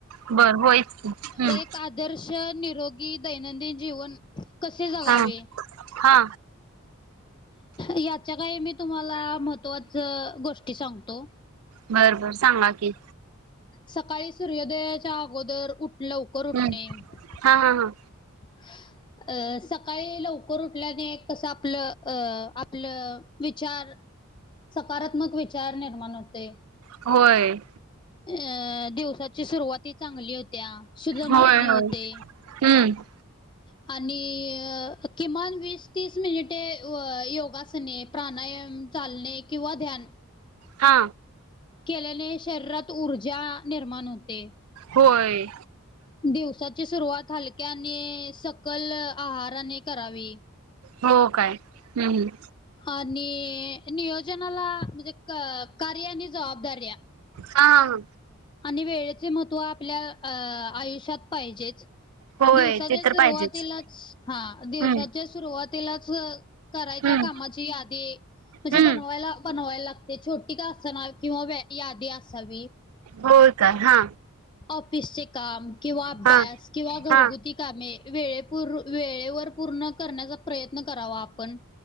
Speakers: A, on the right; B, on the left.
A: बरं होयच की, हम्म
B: एक आदर्श, निरोगी, दैनंदिन जीवन कसे जगावे?
A: हा. हा
B: याच्या काही मी तुम्हाला महत्त्वाचं गोष्टी सांगतो
A: बरं बरं, सांगा की
B: सकाळी सूर्योदयाच्या अगोदर उठ लवकर उठणे
A: हम्म
B: ह
A: हा हा हा.
B: <inaudible> अ सकाळी लवकर उठल्याने कसं आपलं अ आपलं विचार सकारात्मक विचार निर्माण होतय.
A: होय.
B: अ दिवसाची सुरुवात ही चांगली होत्या शुद्ध
A: होय
B: मनाने
A: होय
B: होते.
A: हम्म
B: <inaudible> आणि किमान अ वीस तीस मिनिटे व योगासने प्राणायाम, चालणे किंवा ध्यान
A: हा
B: केल्याने शरीरात ऊर्जा निर्माण होते.
A: होय.
B: दिवसाची सुरुवात हलक्याने सकल आहाराने करावी.
A: हो काय हूं हम्म
B: आणि नियोजनाला म्हणजे क कार्य आणि जबाबदाऱ्या
A: आ
B: आणि वेळेचे महत्त्व आपल्या अ आयुष्यात पाहिजेच.
A: होय
B: दिवसाच्या
A: ते तर
B: सुरुवातीलाच
A: पाहिजेच
B: हा दिवसाच्या
A: हम्म
B: सुरुवातीलाच करायच्या
A: हम्म
B: कामाची यादी म्हणजे
A: हम्म
B: बनवायला बनवायला लागते छोटी का असना किंवा व्य यादी असावी.
A: होय का हा
B: ऑफिसचे काम किंवा अभ्यास
A: हा
B: किंवा
A: हा
B: घरगुती कामे वेळेपूर वेळेवर पूर्ण करण्याचा प्रयत्न करावा आपण